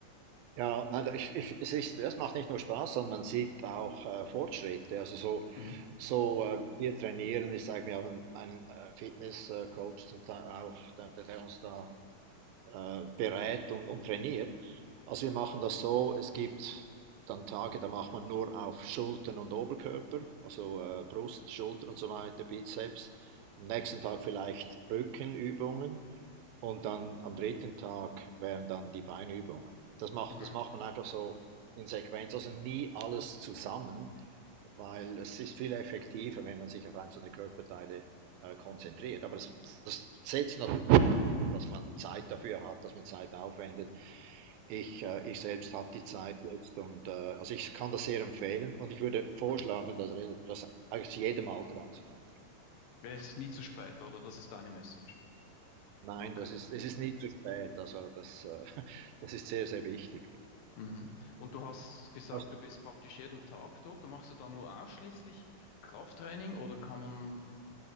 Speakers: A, on the right (about 80°); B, on the left (about 75°).
A: Ja, nein, da- ich, ich, es ist, das macht nicht nur Spaß, sondern man sieht auch äh, Fortschritte. Also so,
B: Mhm.
A: so äh, wir trainieren, ich sage, wir haben einen äh, Fitnesscoach zum Teil auch, der, der uns da äh, berät und, und trainiert. Also wir machen das so, es gibt dann Tage, da macht man nur auf Schultern und Oberkörper, also äh, Brust, Schultern und so weiter, Bizeps. Am nächsten Tag vielleicht Rückenübungen. Und dann am dritten Tag wären dann die Beinübungen. Das macht,
B: Mhm.
A: das macht man einfach so in Sequenz, also nie alles zusammen, weil es ist viel effektiver, wenn man sich auf einzelne Körperteile äh, konzentriert. Aber das, das setzt natürlich, an, dass man Zeit dafür hat, dass man Zeit aufwendet. Ich, äh, ich selbst habe die Zeit jetzt und äh, also ich kann das sehr empfehlen und ich würde vorschlagen,
B: Mhm.
A: dass rel- das eigentlich zu jedem Alter anzufangen.
B: Ja, Es ist nie zu spät, oder? Das ist deine Message.
A: Nein,
B: Okay.
A: das ist es ist nie zu spät. Also, das äh, <laughs> das ist sehr, sehr wichtig.
B: Mhm. Und du hast gesagt,
A: Also
B: du bist praktisch jeden Tag dort. Machst du da nur ausschließlich Krafttraining oder kann man